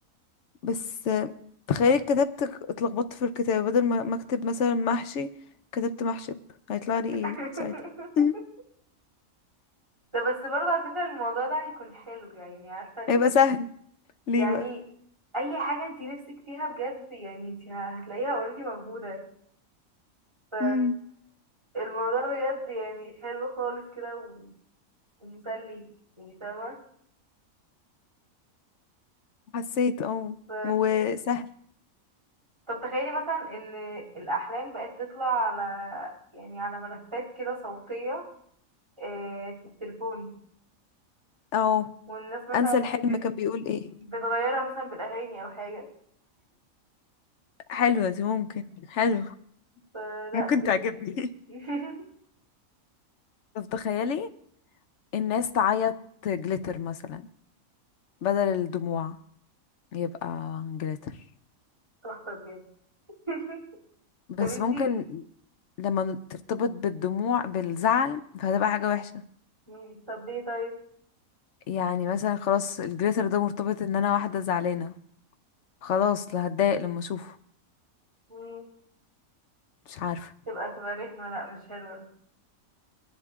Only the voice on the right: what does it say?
<laughs>
ده بس برضه على فكرة الموضوع ده هيكون حلو يعني عارفة ليه
يعني
اي حاجة انت نفسك فيها بجد يعني انت هتلاقيها اوريدي موجودة ف
الموضوع بجد يعني حلو خالص كده و- ومسلي يعني فاهمة
ف...
طب تخيلي مثلا ان الاحلام بقت تطلع على يعني على ملفات كده صوتية آه، في التليفون
والناس مثلا
ب...
بتغيرها مثلا بالاغاني او حاجة
فلا
جميل
<laughs>
تحفة بجد <laughs>
طب انتي
مم، طب ليه طيب
مم،
تبقى تبقى رخمة لا مش حلوة